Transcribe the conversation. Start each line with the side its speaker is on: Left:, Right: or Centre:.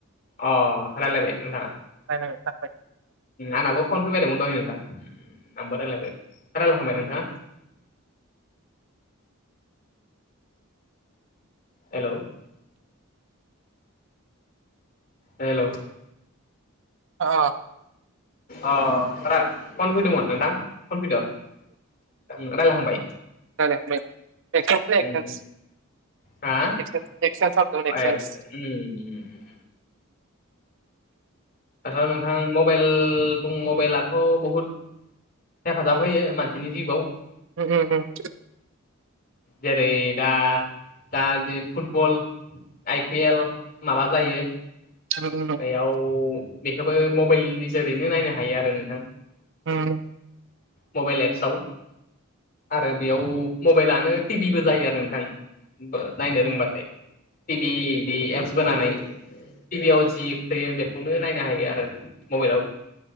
Left: अ रायलायबाय नोंथांङा
Right: रायलायबाय
Left: आंनाबो फन फैबायदोंमोन दहाय नोंथां आंबो रायलायबाय रायलायहांबाय नोंथांङा हेल' हेलौ
Right: <unintelligible>
Left: अ रा फन फैदोंमोन नोंथां फन फैदों रायलायखांबाय
Right: <unintelligible>
Left: उम हा ए उम दाथ' नोंथां मबाइल बुं मबाइलाथ' बहुद हेफाजाब होयो मानसिनि जिवआव
Right: <unintelligible>
Left: जेरै दा दा जि फुटबल आइपि एल माबा जायो
Right: <unintelligible>
Left: याव बेखौबो मबाइल नि जोरैनो नायनो हायो आरो नोंथां
Right: <unintelligible>
Left: मबाइल एप्सआव आरो बेयाव मबाइलानो टिभिबो जायो आरो नोंथां नायनो रोंबाथाय टिभिनि एप्स बोनानै टिभियाव जि फैयो बेखौनो नायनो हायो आरो मबाइलाव